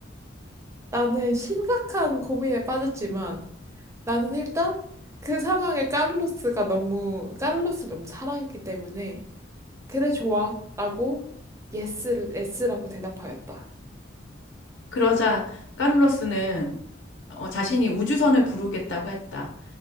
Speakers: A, on the right; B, on the left.
A: 나는 심각한 고민에 빠졌지만 나는 일단 그 상황에 카를로스가 너무 카를로스를 너무 사랑했기 때문에 그래 좋아라고 예스를 예스라고 대답하였다.
B: 그러자 카를로스는 어, 자신이 우주선을 부르겠다고 했다.